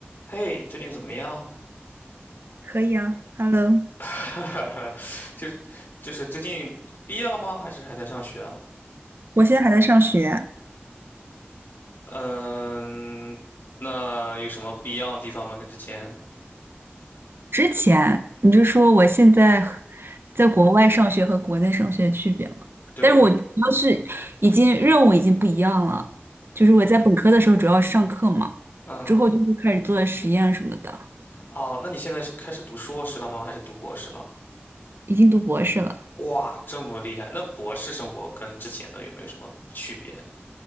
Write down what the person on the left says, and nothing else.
嘿，最近怎么样？
<laughs> 哈哈哈，就就是最近毕业了吗？还是还在上学啊？
嗯，那有什么不一样的地方吗？跟之前？
对，
嗯，
哦，那你现在是开始读硕士了吗？还是读博士了？
哇，这么厉害！那博士生活跟之前的有没有什么区别？